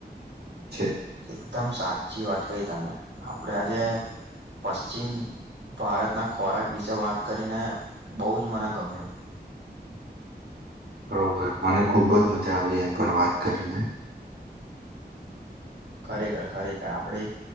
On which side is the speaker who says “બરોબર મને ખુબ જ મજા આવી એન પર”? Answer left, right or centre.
Right